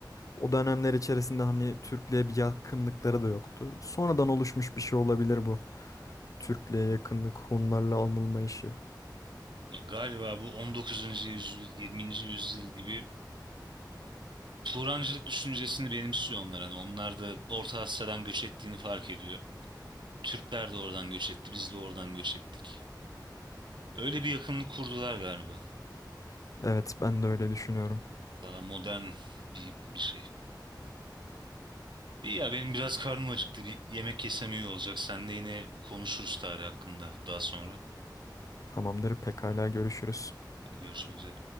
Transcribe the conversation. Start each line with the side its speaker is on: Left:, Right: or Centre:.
Left: O dönemler içerisinde hani Türklüğe bir yakınlıkları da yoktu. Sonradan oluşmuş bir şey olabilir bu. Türklüğe yakınlık, Hunlarla anılma işi.
Right: Ya galiba bu on dokuzuncu yüzyıl, yirminci yüzyıl gibi Turancılık düşüncesini benimsiyor onlar. Hani onlar da Orta Asya'dan göç ettiğini fark ediyor. Türkler de oradan göç etti, biz de oradan göç ettik. Öyle bir yakınlık kurdular galiba.
Left: Evet, ben de öyle düşünüyorum.
Right: Daha modern bir, bir şey. İyi ya benim biraz karnım acıktı. Bir yemek yesem iyi olacak. Sen de yine konuşuruz tarih hakkında daha sonra.
Left: Tamamdır, pekala görüşürüz.
Right: Görüşmek üzere.